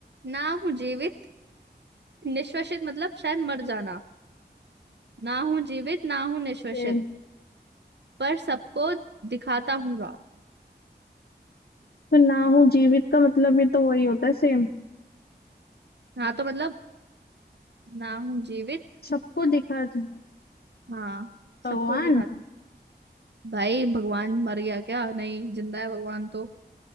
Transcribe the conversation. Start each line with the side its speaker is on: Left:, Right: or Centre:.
Right: ना हूँ जीवित निश्वसित मतलब शायद मर जाना ना हूँ जीवित ना हूँ निश्वसित
Left: okay.
Right: पर सबको दिखाता हूँ राह
Left: तो ना हूँ जीवित का मतलब भी तो वही होता है सेम
Right: हाँ तो मतलब ना हूँ जीवित
Left: सबको दिखा था
Right: हाँ
Left: भगवान
Right: सबको दिखा भाई भगवान मर गया क्या नहीं जिंदा है भगवान तो